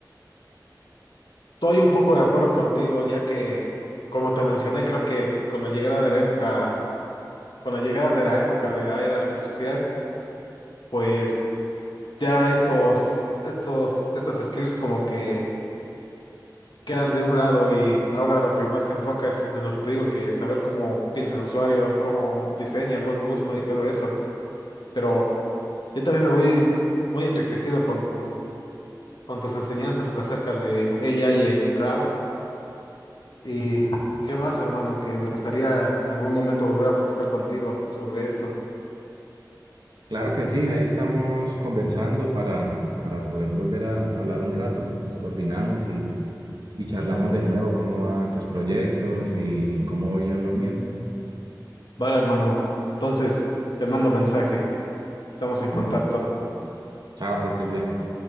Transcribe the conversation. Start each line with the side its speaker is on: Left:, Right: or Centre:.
Left: Estoy un poco de acuerdo contigo, ya que, como te mencioné, creo que con la llegada de la época, con la llegada de la época de la era artificial, pues ya estos, estos, estas skills como que quedan de un lado y ahora lo que más se enfoca es en lo que te digo, que saber cómo piensa el usuario, cómo diseña, el buen gusto y todo eso. Pero yo también me voy muy enriquecido con tu, con tus enseñanzas acerca de AI en crowd. ¿Y qué más, hermano? Que me gustaría en algún momento volver a platicar contigo sobre esto.
Right: Claro que sí, ahí estamos conversando para, para poder volver a hablar un rato. Nos coordinamos y, y charlamos de nuevo cómo van tus proyectos y, y cómo voy yo en los míos.
Left: Vale, hermano. Entonces, te mando mensaje. Estamos en contacto.
Right: Y chao, que estés bien.